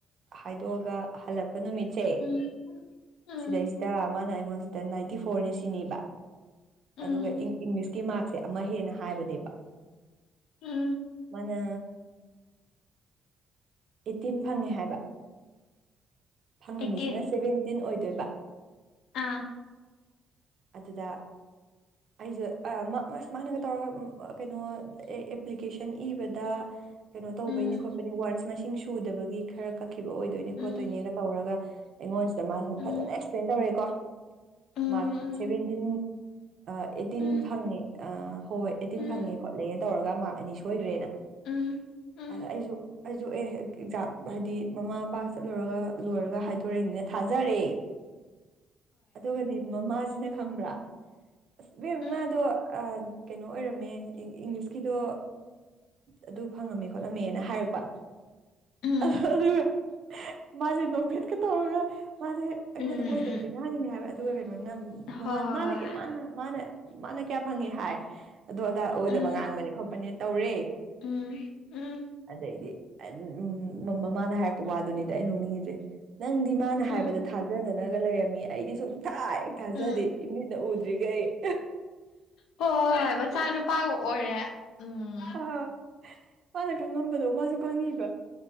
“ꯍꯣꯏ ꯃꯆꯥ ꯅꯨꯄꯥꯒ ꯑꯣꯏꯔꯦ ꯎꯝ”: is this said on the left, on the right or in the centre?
Left